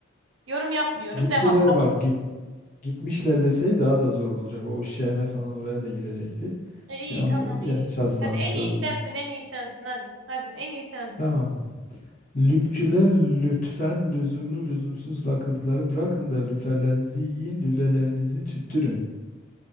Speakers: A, on the right; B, on the left.
A: Yorum yapmıyorum.
B: Gittiler
A: Devam.
B: bak git, gitmişler desey daha da zor olacak. O şeme falan oraya da girecekti.
A: E, İyi
B: Yanlış,
A: tamam iyi.
B: yanlış hazırlamışlar
A: Hadi en iyi
B: bunu.
A: sensin en iyi sensin hadi. Hadi en iyi sensin.
B: Tamam. Lüpçüler lütfen lüzumlu lüzumsuz lakırdıları bırakın da lüferlerinizi yiyin lülelerinizi tüttürün.